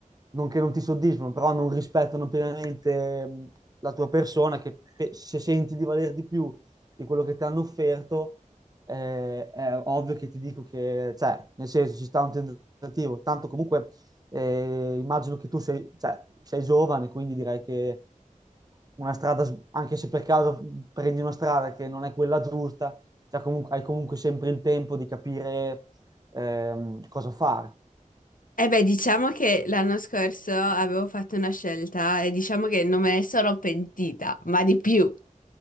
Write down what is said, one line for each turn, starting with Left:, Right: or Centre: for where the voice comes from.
Right: non che non ti soddisfano, però non rispettano pienamente mh, la tua persona, che pe- se senti di valer di più di quello che ti hanno offerto, eh, è ovvio che ti dico che, cioè, nel senso, ci sta un tentativo, tanto comunque eh, immagino che tu sei, cioè, sei giovane, quindi direi che una strada, s- anche se per caso prendi una strada che non è quella giusta, cioè comunque- hai comunque sempre il tempo di capire ehm, cosa fare.
Left: Eh beh, diciamo che l'anno scorso avevo fatto una scelta e diciamo che non me ne sono pentita, ma di più.